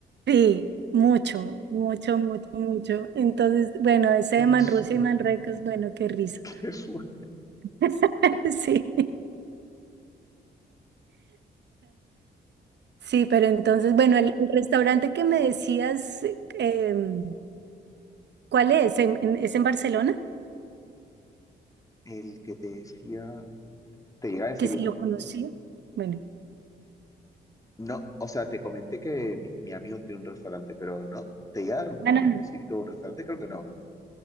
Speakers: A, on the right; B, on the left.
A: Sí, mucho, mucho, mucho, mucho. Entonces, bueno, ese
B: ¿Qué
A: de Manrusia
B: fue?
A: y Manruecos, bueno, qué risa.
B: ¿Qué fue?
A: <laughs> Sí, sí, pero entonces, bueno, el, el restaurante que me decías, em, ¿Cuál es? ¿En- en- ¿Es en Barcelona?
B: El que te decía, te llega a decir
A: Que si
B: uno.
A: lo conocía. Bueno,
B: No, o sea, te comenté que mi, mi amigo tiene un restaurante, pero no, te iba a dar un nombre
A: ah, no, no.
B: específico de un restaurante, creo que no.